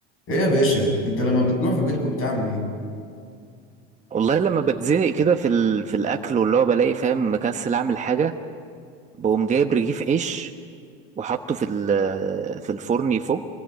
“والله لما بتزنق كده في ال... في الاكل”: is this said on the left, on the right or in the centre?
Right